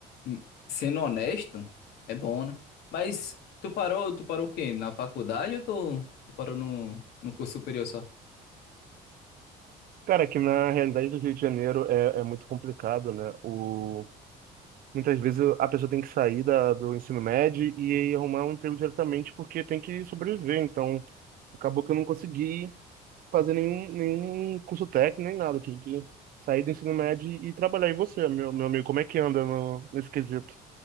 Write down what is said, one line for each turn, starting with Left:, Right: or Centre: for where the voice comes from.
Left: hum, sendo honesto, é bom, né? Mas tu parou, tu parou o quê? Na faculdade ou tu, tu parou no, no curso superior só?
Right: Cara, aqui na realidade do Rio de Janeiro é, é muito complicado, né? O Muitas vezes a pessoa tem que sair da, do ensino médio e arrumar um emprego diretamente porque tem que sobreviver. Então, acabou que eu não consegui fazer nenhum, nenhum curso técnico, nem nada. Eu tive que sair do ensino médio e trabalhar. E você, meu, meu amigo, como é que anda no, nesse quesito?